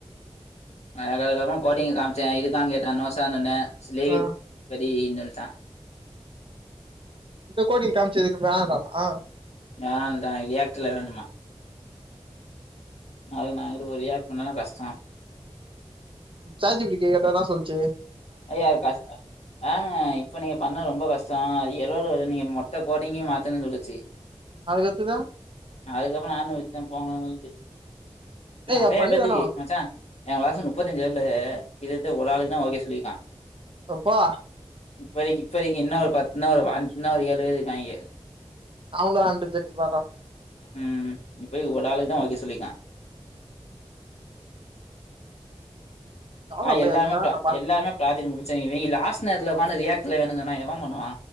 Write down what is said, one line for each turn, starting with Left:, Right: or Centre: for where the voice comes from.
Left: அது அதுக்கப்பற கோடிங்க காமி ச்ச இருக்கா கேட்டா நோ சார்ன்னு சொன்ன லீவ்
Right: ஆ
Left: இட் படின்னு சொல்லிட்டா
Right: இப்ப கோடிங் காமிச்சதுக்கு <unintelligible>
Left: வேணாண்டா ரியாக்ட் ல்ல வேணுமா <unintelligible> ரியாக்ட் பண்ணதா கஷ்ட
Right: செட் ஜிபி டி கிட்ட கேட்டா சொல்லிச்சு
Left: ஐயா அது கஷ் ஆங்க இப்ப நீங்க பண்ண ரொம்ப கஷ்ட ஏரர் வரும் நீங்க மொத்த கோடிங்கும் மாத்தன்னு சொல்லுச்சு
Right: அதுக்கு அடுத்துது
Left: அதுக்கப்பற நானு விட்ட போங்கணு சொல்லிட்டு
Right: டேய்
Left: நெறைய
Right: அது பண்ணிதானா
Left: பேத்துக்கு மச்சா எய கிளாஸ் முப்பத்தஞ்சு பேர்ல கிட்டதிட்ட ஒரு ஆளுக்கு தா ஓகே சொல்லிருக்கா
Right: அப்பா
Left: இப்ப வரைக்கு இப்ப வரைக்கு இன்னோ ஒரு பத்துன்னா ஒரு அஞ்சு இன்னோ ஒரு ஏழு பேரு இருக்காங்க
Right: <unintelligible> அண்டு <unintelligible>
Left: ம் இப்பத்திக்கு ஒரு ஆளுக்குதா ஓகே சொல்லிக்கா
Right: நானு
Left: ஆஹ்
Right: அப்ப
Left: எல்லாருாமே
Right: அங்கதா நா பாத்
Left: எல்லாருமே ப்ராஜெக்ட் முடிச்சாங்க இவிங்க லாஸ்ட் நேரத்துல ஓக்காந்து ரியாக்ட்ல வேணும்ு சொன்னா எவ பண்ணுவா